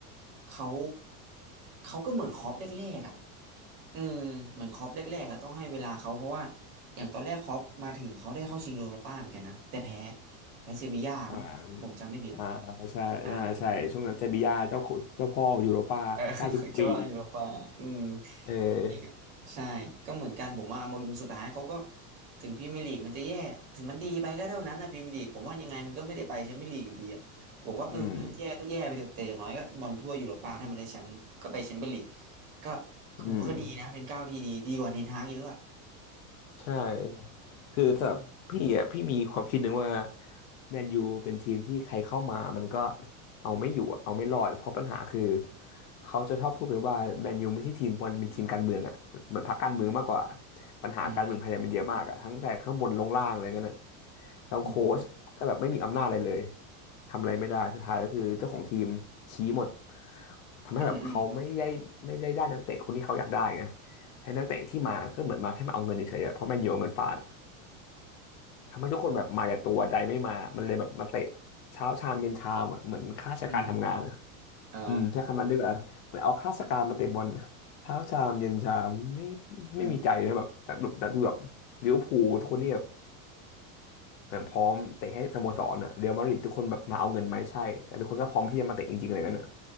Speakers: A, on the right; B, on the left.
A: เขาเขาก็เหมือนคล็อปแรกๆอ่ะ อืมเหมือนคล็อปแรกๆอะต้องให้เวลาเขาเพราะว่าอย่างตอนแรกคล็อปมาถึงเขาได้เข้าชิงโยโรป้าเหมือนกันนะแต่แพ้แพ้เซบีย่ามั้งผมจำไม่ผิดอะ
B: อ่าอ่าใช่น่าใช่ช่วงนั้นเซบีย่าเจ้าขุเจ้าพ่อยูโรป้าได้ทุกปี
A: อ่าเออ <laughs> ชว่าอยู่โรป่าอืม
B: เออ
A: นี่ก็ใช่ก็เหมือนกันผมว่าโมริมสุดท้ายเขาก็ถึงพรีเมียร์ลีกมันจะแย่ถึงมันดีไปก็เท่านั้นนะพรีเมียร์ลีกผมว่ายังไงมันก็ไม่ได้ไปแชมเปี้ยนลีกอยู่ดีอะผมก็เออให้มันแย่ก็แย่ไปเถอะแต่อย่างน้อยก็บอลทั่วยุโรป้าถ้ามันได้แชมป์ก็ไปแชมเปี้ยนลีก
B: อืม
A: ก็
B: อืม
A: ผมว่าก็ดีนะเป็นก้าวที่ดีดีกว่าเทนฮากเยอะอะ
B: ใช่ครับคือสำหรับพี่อ่ะพี่มีความคิดหนึ่งว่า
A: อืม
B: แมนยูเป็นทีมที่ใครเข้ามามันก็เอาไม่อยู่อะเอาไม่รอดเพราะปัญหาคือเขาจะชอบพูดกันว่าแมนยูไม่ใช่ทีมบอลเป็นทีมการเมืองอ่ะเหมือนพรรคการเมืองมากกว่าปัญหาการเมืองภายในมันเยอะมากอ่ะทั้งแต่ข้างบนลงล่างอะไรเงี้ยน่ะ
A: อืม
B: แล้วโค้ชก็แบบไม่มีอำนาจอะไรเลย
A: อืม
B: ทำอะไรไม่ได้สุดท้ายก็คือเจ้าของทีมชี้หมดทำให้แบบเขาไม่ได้ไม่ได้ได้นักเตะคนที่เขาอยากได้ไง
A: อืมอืม
B: ให้นักเตะที่มาก็เหมือนมาแค่มาเอาเงินเฉยๆอะเพราะแมนยูเอาเงินฟาดอะทำให้ทุกคนแบบมาแต่ตัวใจไม่มามันเลยแบบมาเตะเช้าชามเย็นชามอะเหมือนข้าราชการทำงานอะ
A: อืมอมอ๋อ
B: อืมใช้คำนั้นดีกว่าเหมือนเอาข้าราชการมาเตะบอลเช้าชามเย็นชามไม่ไม่มีใจนะแบบแต่แบบแต่ดูแบบลิเวอร์พูลทุกคนนี่แบบ
A: อืม
B: เหมือนพร้อมเตะให้สโมสรอะเรอัลมาดริดทุกคนแบบมาเอาเงินไหมใช่แต่ทุกคนก็พร้อมที่จะมาเตะจริงๆอะไรเงี้ยนอะ